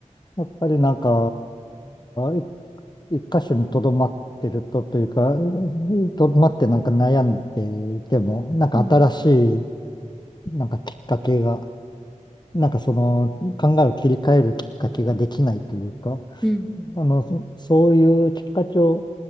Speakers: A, on the left (about 35°); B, in the centre.
A: やっぱりなんか、い一箇所にとどまってるとというか、とどまってなんか悩んでいても、なんか新しい
B: うん。
A: なんかきっかけが、なんかその考えを切り替えるきっかけができないというか、
B: うん。
A: あの、そ、そういうきっかけを